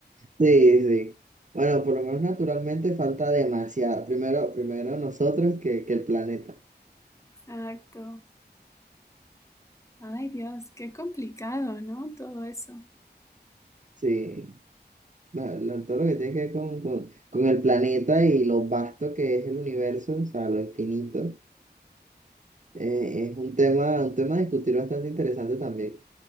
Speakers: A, on the right; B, on the left.
A: Sí, sí. Bueno, por lo menos naturalmente falta demasiado. Primero, primero nosotros que, que el planeta.
B: Exacto. Ay, Dios, qué complicado, ¿no? Todo eso.
A: Sí. La- la- todo lo que tiene que ver con, con, con el planeta y lo vasto que es el universo, o sea, lo infinito, eh, es un tema, un tema a discutir bastante interesante también.